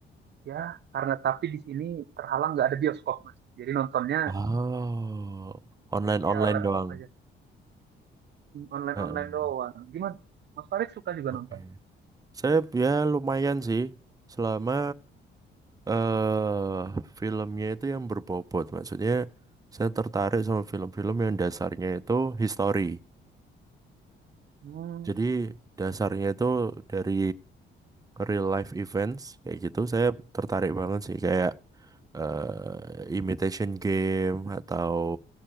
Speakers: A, on the right; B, on the right.
A: ya karena tapi di sini terhalang nggak ada bioskop mas jadi nontonnya
B: Oh, online-online
A: ya laptop
B: doang.
A: aja online
B: Heeh.
A: online doang gimana mas Farid suka juga
B: Oke.
A: nonton
B: Saya ya lumayan sih. Selama eh filmnya itu yang berbobot. Maksudnya saya tertarik sama film-film yang dasarnya itu history.
A: hmm
B: Jadi dasarnya itu dari real life events kayak gitu. Saya tertarik banget sih kayak eh, Imitation Game atau